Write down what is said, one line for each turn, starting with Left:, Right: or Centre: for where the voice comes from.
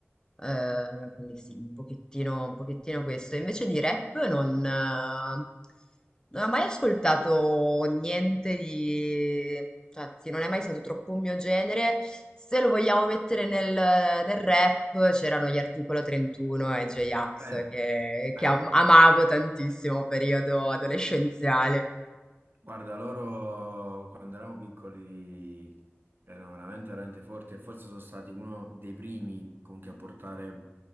Left: Ehm, quindi sì, un pochettino un pochettino questo. Invece di rap non eh, non ho mai ascoltato niente di cioè, sì, non è mai stato troppo un mio genere. Se lo vogliamo mettere nel, nel rap, c'erano gli Articolo 31 e J-Ax
Right: <clears throat> Eh,
Left: che, che
Right: eh.
Left: am- amavo tantissimo periodo adolescenziale.
Right: Guarda, loro quando eravamo piccoli erano veramente, veramente forti e forse sono stati uno dei primi comunque a portare